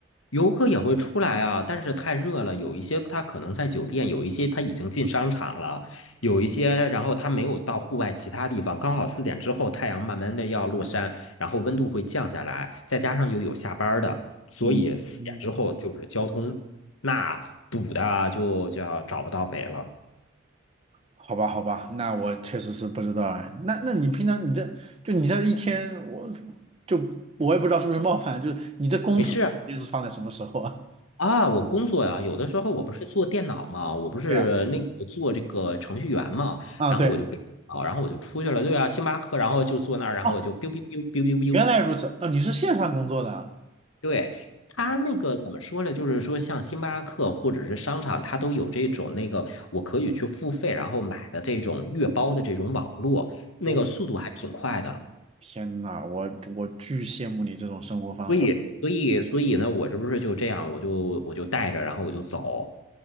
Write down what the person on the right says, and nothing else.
嗯嗯，好吧好吧，那我确实是不知道哎。那那你平常你这就你这一天，我就我也不知道是不是冒犯，就是你这工作的时间是放在什么时候啊？
<laughs>
对呀，啊对，
哦，
原来如此，呃，你是线上工作的啊？
哎，
我天呐，我我巨羡慕你这种生活方式。